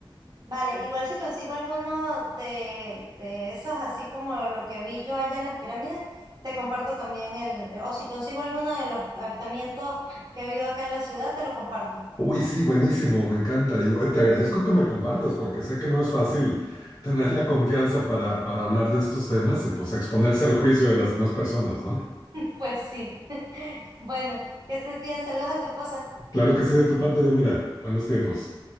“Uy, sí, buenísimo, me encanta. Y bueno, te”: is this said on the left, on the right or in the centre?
Left